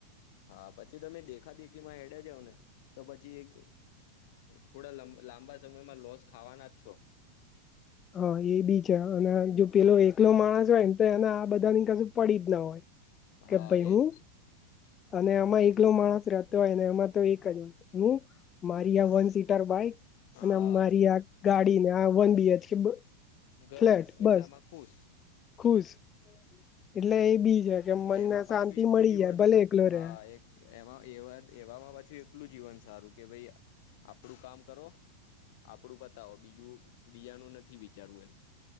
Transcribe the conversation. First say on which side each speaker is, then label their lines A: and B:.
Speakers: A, on the left; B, on the left.
A: હા પછી તમે દેખા દેખીમાં હેડ્યા જાવ ને તો પછી એક. થોડા લાંબા સમયમાં લોસ ખાવાના છો.
B: હા એ બી છે અને જો પેલો એક. પલો માણસ હોયમ તો એને આ બધા ની કશું પડી જ ના હોય કે
A: હા
B: ભાઈ
A: એજ
B: હું. અને એમાં એકલો માણસ રહેતો હોય એમાં તો એક જ હ. મારી
A: હા
B: આ વન સીટર બાાય અને
A: હા
B: મારી આ ગાડી ને આ વન બીએચ કે.
A: ઘર
B: ફ્લેટ બસ
A: એટલામાં ખુશ
B: ખુશ. એટલે એ બી છે કે મનને
A: એમાં
B: શાંતિ
A: પાછું એકલું
B: મળી
A: જીવન
B: જાય ભલે એકલો
A: હા
B: રે.
A: એક એમાં એ એમાં પાછું એટલું જીવન સારું કે ભાઈ આપડું કામ કરો. આપડું પતાવો બીજું બીજાનું નથી વિચારવું એમ.